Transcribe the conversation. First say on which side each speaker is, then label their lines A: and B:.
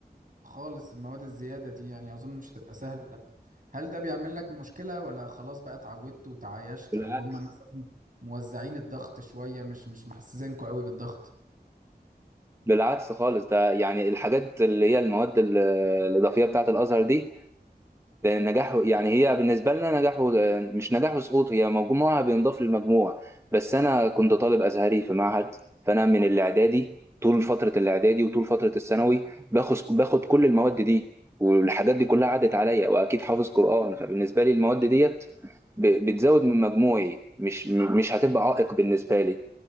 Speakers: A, on the right; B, on the right.
A: خالص المواد الزيادة دي يعني اظن مش هتبقى سهلة هل ده بيعمل لك مشكلة ولا خلاص بقى اتعودت وتعايشت
B: بالعكس
A: او هم مثلا موزعين الضغط شوية مش مش محسسينكوا قوي بالضغط
B: بالعكس خالص ده يعني الحاجات اللي هي المواد ال- الاضافيه بتاعه الازهر دي لان نجاحه يعني هي بالنسبه لنا نجاحه مش نجاح وسقوط هي مجموعها بينضاف للمجموع بس انا كنت طالب ازهري في معهد فانا من الاعدادي طول فتره الاعدادي وطول فتره الثانوي باخد باخد كل المواد دي والحاجات دي كلها عدت عليا واكيد حافظ قران فبالنسبه لي المواد ديت ب- بتزود من مجموعي مش مش هتبقى عائق بالنسبه لي